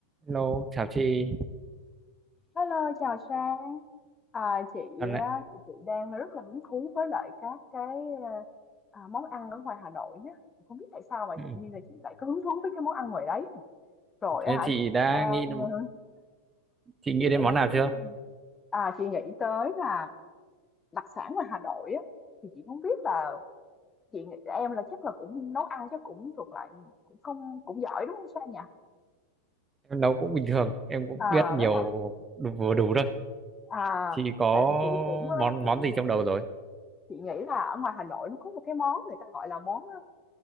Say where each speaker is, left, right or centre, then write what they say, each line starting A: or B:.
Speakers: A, on the right; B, on the left.
A: Hello, chào chị.
B: Hello, chào Sang. À, chị
A: Dạo này.
B: á, thì chị đang rất là hứng thú với lại các cái ờ, à, món ăn ở ngoài Hà Nội nhé. Không biết tại sao mà
A: Ừ.
B: tự nhiên là chị lại có hứng thú với cái món ăn ngoài đấy. Rồi
A: ừ. Thế
B: á hả,
A: chị
B: chị
A: đã
B: lại đang
A: nghĩ
B: ờ,
A: chị nghĩ
B: chị lại
A: đến món
B: đang
A: nào
B: rất
A: chưa?
B: à, chị nghĩ tới là đặc sản ngoài Hà Nội á thì chị không biết là chị nghĩ em là chắc là cũng nấu ăn chắc cũng thuộc lại cũng không cũng giỏi đúng không Sang nhỉ?
A: Em nấu cũng bình thường, em cũng biết
B: À
A: nhiều
B: đấy à.
A: đủ, vừa đủ thôi.
B: À
A: Chị có
B: tại vì chị cũng ờ,
A: món
B: chị
A: món gì trong
B: chị
A: đầu rồi?
B: Chị nghĩ là ở ngoài Hà Nội nó có một cái món người ta gọi là món, ơ,